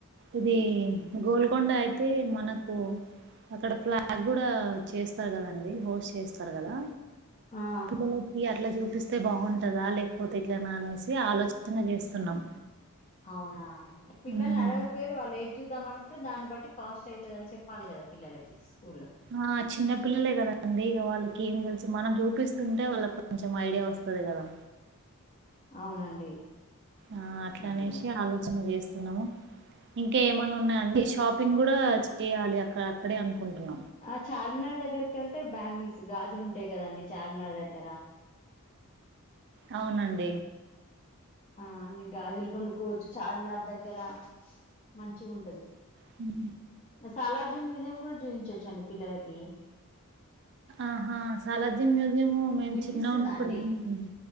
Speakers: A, on the right (about 50°); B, on the left (about 25°).
A: ఏది గోల్కొండ అయితే మనకు అక్కడ ఫ్లాగ్ కూడా చేస్తారు కదండి హోస్ట్ చేస్తారు కదా
B: ఆ
A: పిల్లలకి అట్లా చూపి స్తే బాగుంటది ఉంటదా లేకపోతే ఇట్లనా అనేసి ఆలోచన చేస్తున్నాం
B: అవునా పిల్లలని
A: హ్మ్.
B: అడగకపోయిర్ర వాళ్ళు ఏది చూద్దాం అను అ దాన్ని బట్టి కాస్ట్ అయితదని చెప్పాలి కదా పిల్లలకి స్కూల్లో
A: ఆ చిన్నపిల్లలే కదండి ఇక వాళ్ళకి ఏం తెలుసు మనం చూపిస్తుంటే. వాళ్ళకి కొంచెం ఐడియా వస్తది. కదా
B: అవునండి
A: ఆ అట్లా
B: మంచిగా
A: అనేసి
B: ఉంటది
A: ఆలోచన చేస్త స్తున్నం. ఇంకా ఏమన్నా ఉన్నాయాండి షాపింగ్ కూడా చేయాలి. అక్క అక్కడే అనుకుంటున్నం.
B: ఆ చార్మినార్ దగ్గరకి వెళ్తే బ్యాంగిల్స్ గాజులు ఉంటాయి. కదండి చార్మినార్ దగ్గర
A: అవునండి.
B: ఆ అన్ని గాజులు కొను కోవచ్చు చార్మినార్ దగ్గర మంచిగా ఉంటది.
A: హ్
B: సలర్జియం మ్యూజియం కూడా చూయించచ్చు అండి. పిల్లలకి
A: ఆహా సాలార్జ్యం మ్యూ జియం మేం
B: వినిపిస్తుందా
A: చినగున్నపుడు
B: అండి
A: ఎల్లినము మేడం.